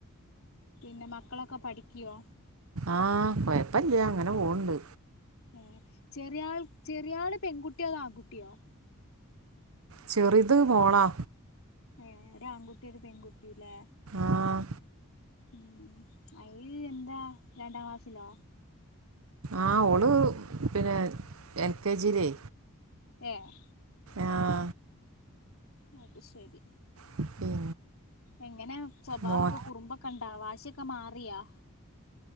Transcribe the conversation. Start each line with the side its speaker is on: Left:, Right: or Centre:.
Left: പിന്നെ മക്കളൊക്കെ പഠിക്കോ?
Right: ആഹ് കൊയപ്പില്ല അങ്ങനെ പോണ്ട്.
Left: ഏഹ് ചെറിയാൾ ചെറിയാള് പെൺകുട്ടിയോ അതോ ആൺകുട്ടിയോ
Right: ചെറുത് മോളാ.
Left: ഏഹ് ഒരു ആൺകുട്ടീം ഒരു പെൺകുട്ടീം അല്ലേ.
Right: ആഹ്
Left: മ് അയ് എന്താ രണ്ടാം ക്ലാസ്സിലോ
Right: ആഹ് ഓള് പിന്നെ എൽ കെ ജിയിലേ
Left: ഏഹ്
Right: ആഹ്
Left: അത് ശരി
Right: പിന്നെ
Left: എങ്ങനെ സ്വഭാവൊക്കെ
Right: മോൻ
Left: കുറുമ്പൊക്കെ ഉണ്ടാ വാശിയൊക്കെ മാറിയാ